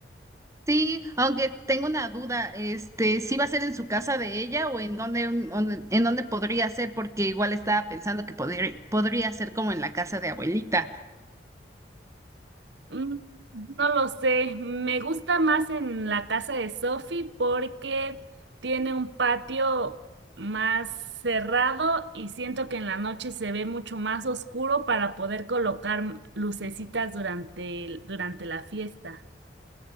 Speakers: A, on the right; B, on the right.
A: Sí, aunque tengo una duda, este, ¿sí va a ser en su casa de ella o en dónde, on- en dónde podría ser? Porque igual estaba pensando que podría, podría ser como en la casa de abuelita.
B: Mm, No lo sé, me gusta más en la casa de Sophie porque tiene un patio más cerrado y siento que en la noche se ve mucho más oscuro para poder colocar m- lucecitas durante, el- durante la fiesta.